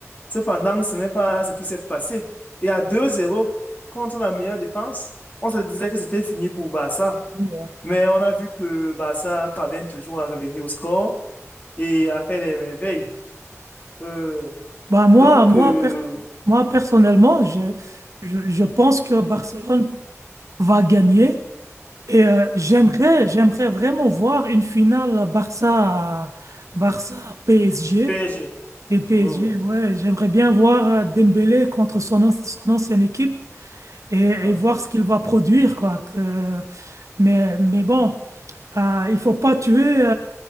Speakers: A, on the left; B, on the right.
A: Cependant, ce n'est pas ce qui s'est passé. Et à deux zéro contre la meilleure défense, on se disait que c'était fini pour Barça.
B: Et, euh,
A: Mais on a vu que Barça parvient toujours à revenir au score et à faire des merveilles. Euh,
B: Bah moi,
A: donc,
B: moi,
A: euh,
B: per- moi personnellement, je, je, je pense que Barcelone va gagner et euh, j'aimerais, j'aimerais vraiment voir une finale Barça, Barça PSG.
A: PSG.
B: Et PSG,
A: Oui, oui.
B: ouais, j'aimerais bien voir euh, Dembélé contre son, anci- son ancienne équipe et,
A: Ah,
B: et voir
A: ah.
B: ce qu'il va produire, quoi. Que- mais, mais bon, euh, il faut pas tuer euh,